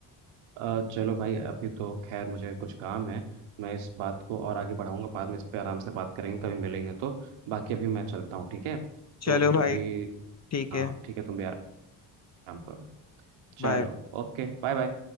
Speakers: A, on the right (about 85°); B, on the left (about 35°).
A: अ, चलो भाई अभी तो खैर मुझे कुछ काम है मैं इस बात को और आगे बढ़ाऊंगा बाद में इस पे आराम से बात करेंगे कभी मिलेंगे तो बाकी अभी मैं चलता हूँ ठीक है
B: चलो
A: तो तुम
B: भाई
A: भी
B: ठीक
A: हाँ
B: है
A: ठीक है तुम भी आराम करो चलो
B: बाय
A: ओके बाय बाय